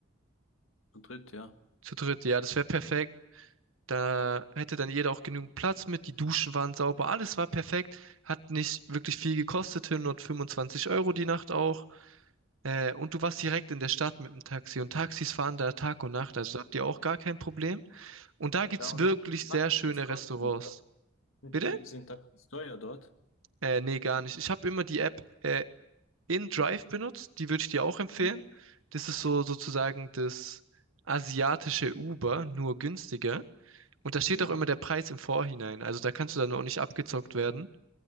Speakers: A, on the left; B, on the right.
A: zu dritt, ja.
B: Zu dritt, ja, das wäre perfekt. Da hätte dann jeder auch genügend Platz mit. Die Duschen waren sauber, alles war perfekt. Hat nicht wirklich viel gekostet, 125 Euro die Nacht auch. Äh, und du warst direkt in der Stadt mit dem Taxi. Und Taxis fahren da Tag und Nacht, also da habt ihr auch gar kein Problem. Und da gibt's
A: Ja, und
B: wirklich
A: dann Max,
B: sehr schöne
A: was kostet
B: Restaurants.
A: die? Sind
B: Bitte?
A: die sind da ganz teuer dort?
B: Äh, nee, gar nicht. Ich habe immer die App äh, InDrive benutzt. Die würde ich dir auch empfehlen.
A: Ja.
B: Das ist so sozusagen das asiatische Uber, nur günstiger. Und da steht
A: Ja,
B: auch immer der Preis im Vorhinein. Also da kannst du dann auch nicht abgezockt werden.